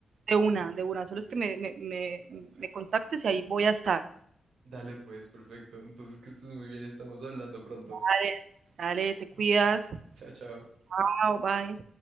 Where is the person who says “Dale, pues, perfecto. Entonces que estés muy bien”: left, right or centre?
Right